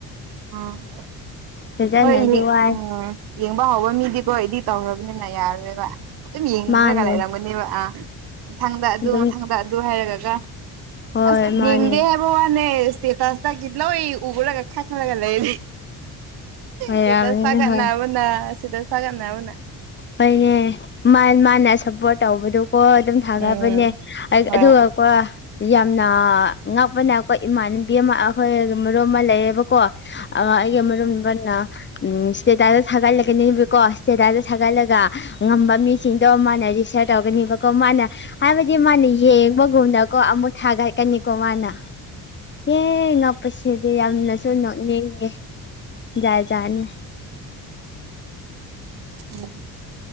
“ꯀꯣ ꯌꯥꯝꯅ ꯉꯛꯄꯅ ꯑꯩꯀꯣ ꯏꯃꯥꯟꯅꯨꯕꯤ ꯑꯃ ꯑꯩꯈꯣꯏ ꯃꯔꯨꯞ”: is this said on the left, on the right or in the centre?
Left